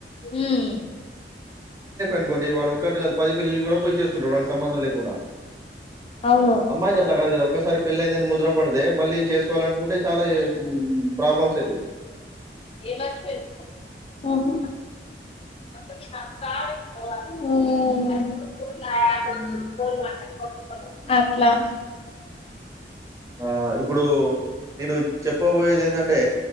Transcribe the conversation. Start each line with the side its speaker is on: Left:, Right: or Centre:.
Left: ఉమ్
Right: ఇంకోటి వాడు ఒక్కటిగా పది పెళ్ళిలు కూడా పోయి చేసుకుంటాడు. వానికి సంబంధం లేకుండా
Left: అవును
Right: అమ్మాయికట్ల కాదు కదా ఒక్కసారి పెళ్లి అయిందని ముద్ర పడి దే మళ్ళీ చేసుకోవాలనుకుంటే చాలా యే ప్రాబ్లమ్స్ అయితయి.
Left: ఏం మర్చిపోయావ్ ఉహు <unintelligible> అట్లా
Right: ఆ ఇప్పుడు నేను చెప్పబోయేది ఏందంటే